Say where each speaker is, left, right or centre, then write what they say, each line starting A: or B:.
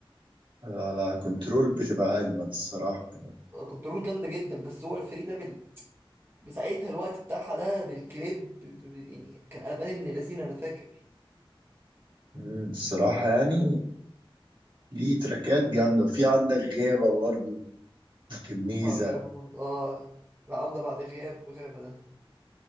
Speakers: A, on the right (about 60°); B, on the right (about 25°).
A: على كنترول بتبقى اجمد الصراحة
B: كنترول جامدة جدا بس هو الفري ده بال... بساعتها الوقت بتاعها ده بالكليب ب... ب- يعني كان قلبان من اللذين انا فاكر
A: مم، الصراحة يعني ليه تريكات جامدة وفي عندك غابة برضو كميزة
B: اه غابة برضه اه العودة بعد غياب غابة ده